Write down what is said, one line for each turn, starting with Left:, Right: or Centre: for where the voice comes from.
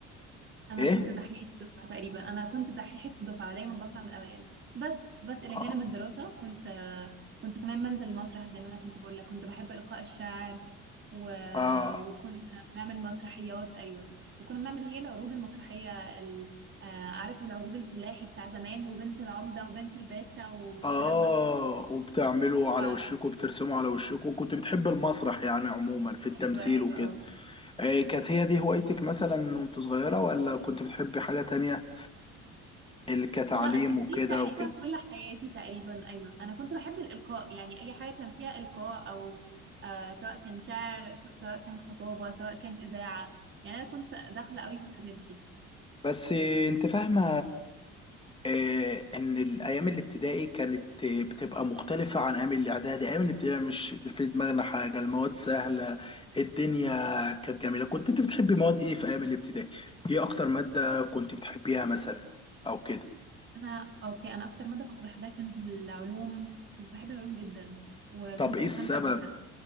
Right: انا
Left: ايه
Right: كنت دحيحه الدفعه تقريبا انا كنت دحيحه الدفعه دايما بطلع من الاوائل بس بس الى
Left: اه
Right: جانب الدراسه كنت آه كنت كمان بنزل المسرح زي ما انا كنت بقول لك كنت بحب القاء الشعر و...
Left: اه
Right: وكنا بنعمل مسرحيات ايوه وكنا بنعمل اللي هي العروض المسرحيه ال... آه عارف العروض الفلاحي بتاع زمان وبنت العمده وبنت الباشا والكلام
Left: اه
Right: ده
Left: وبتعملوا على
Right: ف
Left: وشكوا بترسموا على وشكوا كنت بتحب المسرح يعني عموما في التمثيل
Right: ايوه ايوه
Left: وكده
Right: اه
Left: آه كانت هي دي هوايتك مثلا وانت صغيرة ولا كنت بتحبي حاجة تانية اللي كتعليم
Right: لا كان
Left: وكده
Right: دي تقريبا
Left: وكده
Right: كل حياتي تقريبا ايوه انا كنت بحب الالقاء يعني اي حاجه كان فيها القاء او آه سواء كان شعر ش- سواء كان خطابه سواء كان اذاعه يعني انا كنت داخله قوي في الحاجات دي
Left: بس آه، انت فاهمة آه ان الايام الابتدائي كانت آه، بتبقى مختلفة عن ايام الاعدادي ايام الابتدائي مش في دماغنا حاجة المواد سهلة الدنيا كانت جميلة كنت انت بتحبي مواد ايه في ايام الابتدائي ايه اكتر مادة كنت بتحبيها مثلا او كده
Right: انا اوكي انا اكتر ماده كنت بحبها كانت العلوم كنت بحب العلوم جدا وكنت
Left: طب ايه
Right: بستمتع
Left: السبب
Right: بيها